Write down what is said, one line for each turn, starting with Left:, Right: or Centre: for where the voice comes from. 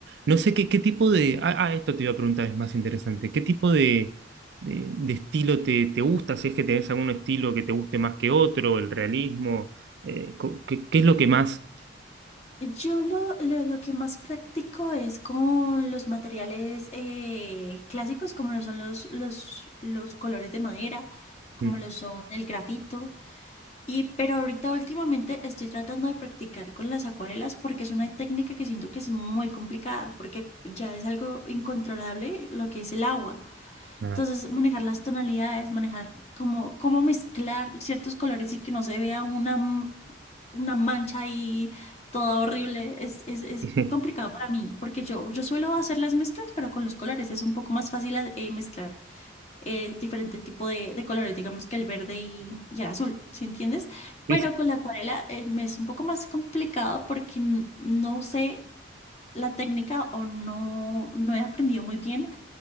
Right: no sé qué, qué tipo de, ah, ah, esto te iba a preguntar, es más interesante, ¿qué tipo de, de- de estilo te, te gusta? Si es que tenés algún estilo que te guste más que otro, el realismo, eh, co- ¿qué, qué es lo que más...
Left: Yo lo, lo, lo que más practico es con los materiales eh, clásicos, como lo son los, los, los colores de madera, como
Right: Mm,
Left: lo son el grafito. Y pero ahorita últimamente estoy tratando de practicar con las acuarelas porque es una técnica que siento que es muy complicada porque ya es algo incontrolable lo que es el agua.
Right: nada.
Left: Entonces manejar las tonalidades, manejar cómo, cómo mezclar ciertos colores y que no se vea una, m- una mancha ahí toda horrible es, es, es
Right: <laughs>
Left: complicado para mí porque yo, yo suelo hacer las mezclas pero con los colores es un poco más fácil eh, mezclar eh, diferente tipo de, de colores, digamos que el verde y, y el azul, ¿sí entiendes?
Right: Es
Left: Pero con la acuarela eh, me es un poco más complicado porque n- no sé la técnica o no, no he aprendido muy bien